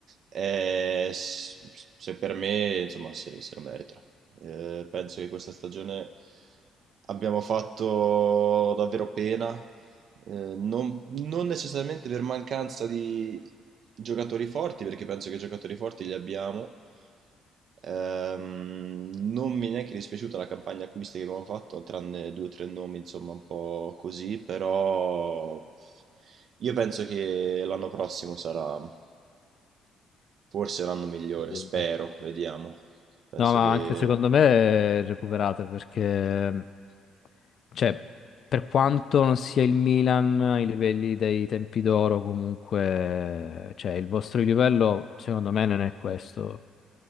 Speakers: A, on the right (about 60°); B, on the left (about 50°).
A: Eh, s- se per me, insomma, se, se lo merita. Eh, penso che questa stagione abbiamo fatto davvero pena, eh, non, non necessariamente per mancanza di giocatori forti, perché penso che giocatori forti li abbiamo. Ehm, non mi è neanche dispiaciuta la campagna acquisti che abbiamo fatto, tranne due o tre nomi, insomma, un po' così, però io penso che l'anno prossimo sarà forse l'anno migliore,
B: Sì.
A: spero, vediamo. Penso
B: No, ma
A: che
B: anche secondo me è recuperate perché, cioè, per quanto non sia il Milan ai livelli dei tempi d'oro, comunque, cioè, il vostro livello secondo me non è questo,